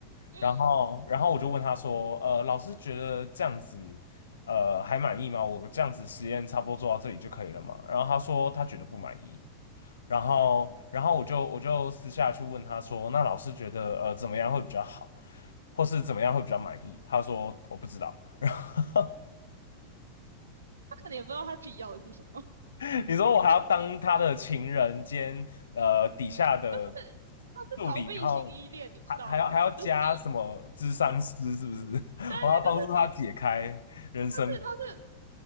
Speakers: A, on the right (about 70°); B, on the left (about 70°).
A: 嗯，
B: 然后，然后我就问他说，呃，老师觉得这样子，呃，还满意吗？我这样子实验差不多做到这里就可以了嘛？然后他说他觉得不满意。然后，然后我就我就私下去问他说，那老师觉得呃怎么样会比较好，或是怎么样会比较满意？他说我不知道。<laughs> 然后。
A: 他可能也不知道他自己要的是什么，
B: <laughs> 你说我还要当他的情人兼呃底下的
A: 是他是逃避型依恋，
B: 助理，然后还还要还要加什么智商师，
A: 你知道吗？就是你，
B: 是不是？<laughs>
A: 对对，
B: 我要帮助他解开人生谜
A: 就是他是他是